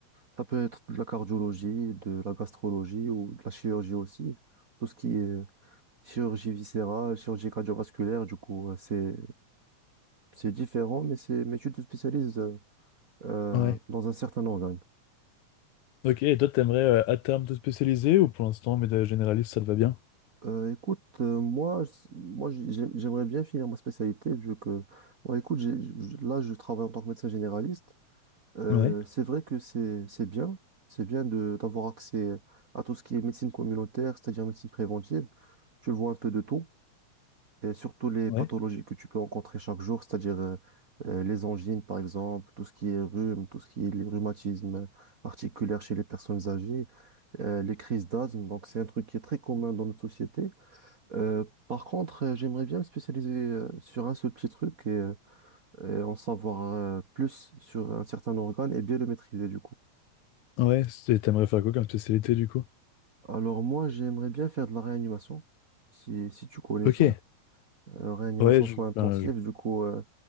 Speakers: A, on the right; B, on the left.
A: ça peut être de la cardiologie, de la gastrologie ou de la chirurgie aussi, tout ce qui est euh, chirurgie viscérale, chirurgie cardiovasculaire, du coup, euh, c'est c'est différent, mais c'est mais tu te spécialises euh, euh,
B: Ouais,
A: dans un certain organe.
B: Ok, et toi, t'aimerais euh, à terme te spécialiser ou pour l'instant, médecin généraliste, ça te va bien?
A: Euh, écoute, euh, moi, je- moi j'ai- j'ai- j'aimerais bien finir ma spécialité vu que, ouais, écoute, j'ai- je- là, je travaille en tant que médecin généraliste. Euh,
B: ouais,
A: c'est vrai que c'est c'est bien, c'est bien de d'avoir accès à tout ce qui est médecine communautaire, c'est-à-dire médecine préventive. Tu vois un peu de tout, et surtout les
B: ouais,
A: pathologies que tu peux rencontrer chaque jour, c'est-à-dire euh, euh, les angines, par exemple, tout ce qui est rhume, tout ce qui est les rhumatismes articulaires chez les personnes âgées. euh, les crises d'asthme. Donc, c'est un truc qui est très commun dans notre société. Euh, par contre, euh, j'aimerais bien me spécialiser euh, sur un seul petit truc et, euh, et en savoir euh, plus sur un certain organe et bien le maîtriser du coup.
B: Ouais, c'est- t'aimerais faire quoi comme spécialité, du coup?
A: Alors, moi, j'aimerais bien faire de la réanimation. Si, si tu connais
B: ok,
A: ça, Euh, réanimation
B: Ouais, je,
A: soins intensifs,
B: ben, je-
A: du coup, euh,